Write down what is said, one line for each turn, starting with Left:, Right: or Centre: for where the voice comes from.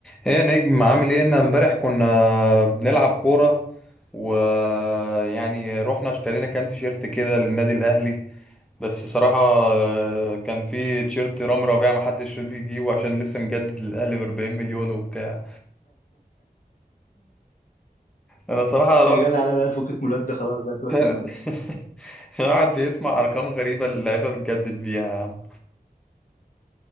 Centre: ايه يا نجم عامل ايه انا امبارح كنا بنلعب كورة ويعني رحنا اشترينا كام تيشيرت كده للنادي الاهلي بس صراحة آه، كان في تيشيرت رامي ربيعة محدش راضي يجيبه عشان لسه مجدد للاهلي ب 40 مليون وبتاع انا صراحة
Left: يا
Centre: الواحد
Left: جدع لا لا فكك من الواد ده خلاص بقى سيبك
Centre: <laughs>
Left: منه
Centre: الواحد بيسمع ارقام غريبة اللعيبة بتجدد بيها يا عم